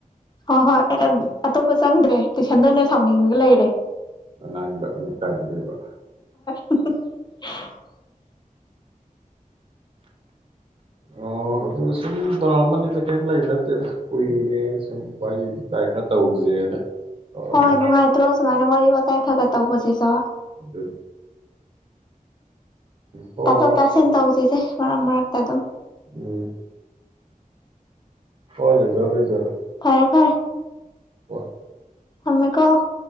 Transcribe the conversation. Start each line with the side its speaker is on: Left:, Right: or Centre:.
Left: ꯍ ꯍꯣꯏ ꯑꯩ ꯑꯇꯣꯞꯄ ꯆꯪꯗ꯭ꯔꯦ ꯇꯨꯏꯁꯟꯗ ꯑꯣꯏꯅ ꯁꯥꯎꯅꯤꯡꯉꯒ ꯂꯩꯔꯦ
Right: ꯗꯛꯇꯥꯏꯗꯗꯤꯕ
Left: <unintelligible>
Right: ꯑꯣ ꯑꯗꯨ ꯁꯨꯝ ꯇꯧꯔꯛꯑꯝꯕꯅꯤꯗ ꯀꯔꯤꯝ ꯂꯩꯕ ꯅꯠꯇꯦꯗ ꯀꯨꯏꯔꯦ ꯁꯨꯝ ꯋꯥꯔꯤ ꯇꯥꯏ ꯈꯔ ꯇꯧꯁꯦꯅ ꯇꯧꯔꯛꯑꯝꯕꯅꯤ
Left: ꯍꯣꯏ ꯅꯨꯡꯉꯥꯏ ꯇ꯭ꯔꯣꯁꯨꯃꯥꯏꯅ ꯋꯥꯔꯤ ꯋꯥ ꯇꯥꯏ ꯈꯒ ꯇꯧꯕꯁꯤꯁꯨ
Right: ꯑꯗꯨꯗ ꯍꯣꯏ
Left: ꯇꯥꯊꯣꯛ ꯇꯥꯁꯤꯟ
Right: ꯍꯣꯏ
Left: ꯇꯧꯁꯤꯁꯦ ꯃꯔꯛ ꯃꯔꯛꯇ ꯑꯗꯨꯝ
Right: ꯎꯝ ꯍꯣꯏ ꯂꯩꯖꯔꯣꯏꯖꯔꯦ
Left: ꯐꯔꯦ ꯐꯔ
Right: ꯍꯣꯏ
Left: ꯑꯃꯦꯀꯣ